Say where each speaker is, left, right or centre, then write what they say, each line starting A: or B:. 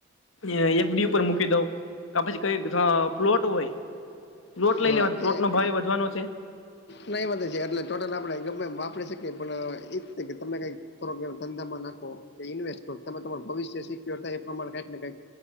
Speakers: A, on the left; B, on the left.
A: એ એફડી ઉપર મૂકી દઉં કા પછી કઈ અ પ્લોટ હોય પ્લોટ લઈ
B: હા
A: લેવાનો પ્લોટ
B: એ
A: નો
B: છે
A: ભાવ વધવાનો છે
B: નાહી વાંધે છે એટલે ટોટલ આપડણે ગમે વાપરી શકીએ પણ એ જ કે તમે કઈક થોડુક એવા ધંધામાં નાખો કે ઈન્વેસ્ટ કરો તમે તમારુ ભવિષ્ય સિક્યોર થાય એ પ્રમાણે કઈક ને કઈક